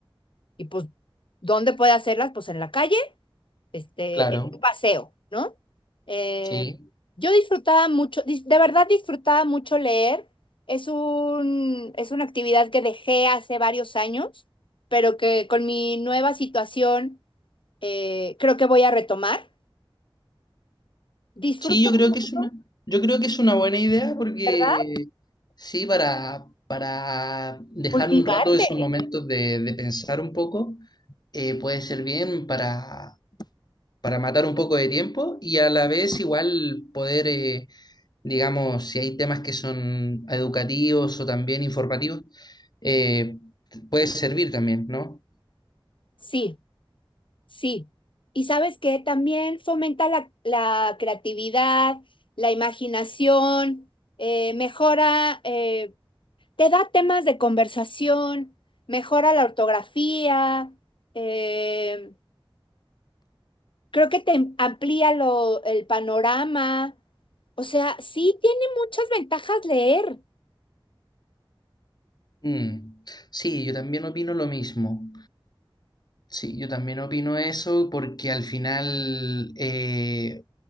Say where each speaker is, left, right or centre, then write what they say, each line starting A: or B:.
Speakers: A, on the left; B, on the left.
A: Y pues, ¿dónde puede hacerlas? Pues en la calle, este,
B: Claro,
A: en un paseo, ¿no? Eh,
B: sí.
A: yo disfrutaba mucho, dis- de verdad disfrutaba mucho leer. Es un, es una actividad que dejé hace varios años, pero que con mi nueva situación eh, creo que voy a retomar. Disfruto
B: Sí, yo creo
A: mucho,
B: que es una, yo creo que es una buena idea porque
A: ¿verdad?
B: sí, para, para dejar
A: Cultivarte.
B: un rato esos momentos de, de pensar un poco, eh, puede ser bien para para matar un poco de tiempo y a la vez igual poder, eh, digamos, si hay temas que son educativos o también informativos, eh, puede servir también, ¿no?
A: Sí, sí. Y sabes que también fomenta la, la creatividad, la imaginación, eh, mejora, eh, te da temas de conversación, mejora la ortografía, eh, creo que te amplía lo- el panorama. O sea, sí tiene muchas ventajas leer,
B: Mm. Sí, yo también opino lo mismo. Sí, yo también opino eso porque al final, eh,